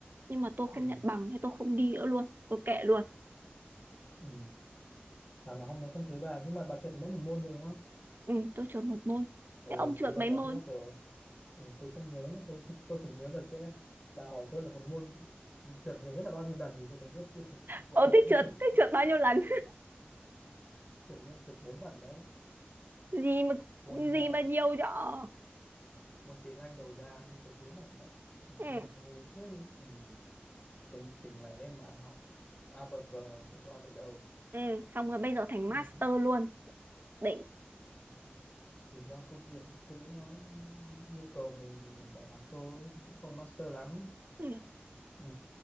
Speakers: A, on the right (about 60°); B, on the left (about 35°).
A: nhưng mà tôi
B: Ừ.
A: không nhận bằng thế tôi không đi nữa luôn tôi kệ luôn
B: Ừ. Thảo nào hôm nay không thấy bà nhưng mà bà chuyển mỗi một môn thôi đúng không
A: ừ, tôi trượt một môn
B: ôi
A: thế ông trượt
B: thế là
A: mấy
B: quá
A: môn
B: xuất sắc rồi ừ, tôi không nhớ nữa tôi <laughs> tôi chỉ nhớ là sẽ bà hỏi tôi là một môn trượt nhiều nhất là bao nhiêu lần thì tôi còn biết chứ không trượt
A: ông
B: bao nhiêu
A: thích
B: môn
A: trượt
B: được.
A: thích trượt bao nhiêu lần
B: trượt nhiều trượt bốn lần đấy
A: <laughs> gì mà
B: môn ờ,
A: gì mà nhiều cho
B: môn tiếng Anh đầu ra tôi chợt muốn bạn mình
A: ừ,
B: xin học ngu thế ừ. tình tình lại lên mà học a bờ cờ cũng qua được đầu
A: ừ. xong rồi bây giờ thành
B: ừ.
A: master luôn đỉnh
B: thì do công việc những thứ nó yêu cầu mình thì mình phải học thôi cũng không master lắm
A: ừ.
B: ừ.